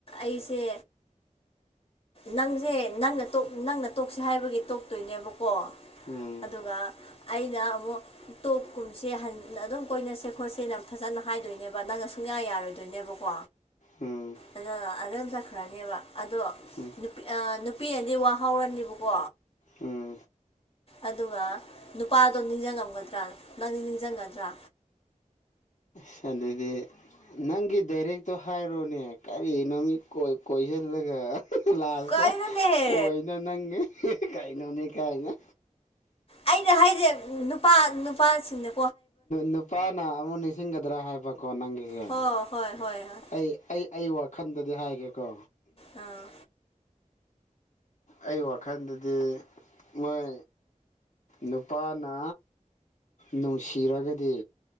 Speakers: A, on the left; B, on the left.
A: ꯑꯩꯁꯦ ꯅꯪꯁꯦ ꯅꯪꯅ ꯅꯪꯅ ꯇꯣꯛꯁꯦ ꯍꯥꯏꯕꯒꯤ ꯇꯣꯛꯇꯣꯏꯅꯦꯕꯀꯣ
B: ꯎꯝ
A: ꯑꯗꯨꯒ ꯑꯩꯅ ꯑꯃꯨꯛ ꯇꯣꯞꯀꯨꯝꯁꯦ ꯑꯗꯨꯝ ꯀꯣꯏꯅꯁꯦ ꯈꯣꯠꯁꯦꯅ ꯐꯖꯅ ꯍꯥꯏꯗꯣꯏꯅꯦꯕ ꯅꯪ ꯁꯨꯡꯌꯥ ꯌꯥꯔꯣꯏ ꯑꯗꯨꯣꯏꯅꯦꯕꯀꯣ
B: ꯎꯝ
A: ꯑꯗꯨꯗ ꯑꯗꯨꯝ ꯆꯠꯈ꯭ꯔꯅꯦꯕ ꯑꯗꯣ
B: ꯎꯝ
A: ꯅꯨꯄꯤ ꯑ ꯅꯨꯄꯤꯅꯗꯤ ꯋꯥꯍꯧꯔꯅꯤꯕꯀꯣ
B: ꯎꯝ
A: ꯑꯗꯨꯒ ꯅꯨꯄꯥꯗꯣ ꯅꯤꯡꯁꯤꯡꯉꯝꯒꯗ꯭ꯔꯥ ꯅꯪꯗꯤ ꯅꯤꯡꯁꯤꯡꯒꯗ꯭ꯔꯥ
B: ꯁ ꯑꯗꯨꯗꯤ ꯅꯪꯒꯤ ꯗꯥꯏꯔꯦꯛꯇꯣ ꯍꯥꯏꯔꯣꯅꯦ ꯀꯔꯤꯅꯣ ꯃꯤꯠ ꯀꯣꯏꯁꯤꯜꯂꯒ ꯂꯥꯁꯇ
A: ꯀꯩꯅꯣꯅꯦꯍꯦ
B: ꯄꯣꯏꯅ ꯅꯪꯒꯤ ꯀꯩꯅꯣꯅꯦ ꯀꯥꯏꯅ
A: ꯑꯩꯅ ꯍꯥꯏꯁꯦ ꯅꯨꯄꯥ ꯅꯨꯄꯥꯁꯤꯡꯅ
B: ꯅꯨꯄꯥꯅ ꯑꯃꯨꯛ ꯅꯤꯡꯁꯤꯡꯒꯗ꯭ꯔꯥ ꯍꯥꯏꯕꯀꯣ ꯅꯪꯒꯤꯁꯦ
A: ꯍꯣꯏ ꯍꯣꯏ ꯍꯣꯏ ꯍꯣꯏ
B: ꯑꯩ ꯑꯩ ꯑꯩ ꯋꯥꯈꯟꯗꯗꯤ ꯍꯥꯏꯒꯦꯀꯣ
A: ꯑꯥ
B: ꯑꯩ ꯋꯥꯈꯜꯗꯗꯤ ꯃꯣꯏ ꯅꯨꯄꯥꯅ ꯅꯨꯡꯁꯤꯔꯒꯗꯤ